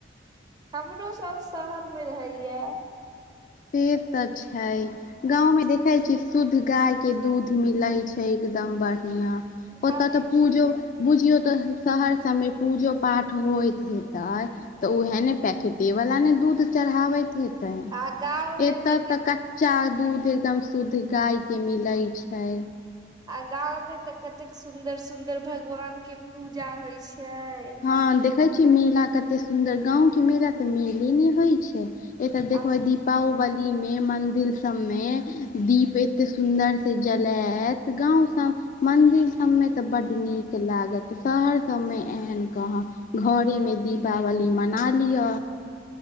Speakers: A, on the right; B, on the left.
A: हमरो सब शहर में रहैयै।
B: से तऽ छै। गांव में देखे छी शुद्ध गाय के दूध मिलइ छै एकदम बढ ढियां
A: हम
B: ओत त पूजो बुझियौ तऽ शहर सबमे पूजो पाठ होइत हतै। तऽ तऽ ओहै ने पैकेटेवला ने दूध चढ़ाबैत हेत
A: आ गाँव मे
B: एतऽ
A: कतेक
B: तऽ कच्चा दूध एकदम शुद्ध गाय के मिलेै छै।
A: आ गांव में तऽ कतेक सुंदर- सुंदर भगवान के पूजा होय छै।
B: हँ देखे छियै मेला कते सुन्दर गाँंव के मेला तऽ मेले ने होय छै। ए तऽ देखहोइ
A: आ
B: दी। पाओबली मे मंदिर सब मे दीप एते सुंदर से जलेत। तऽ गाँव सब मन्दिर सबमे तऽ बड नीक लागत शहर सब मे एहन कहाँ घरे मे दीपावली मना लिअ।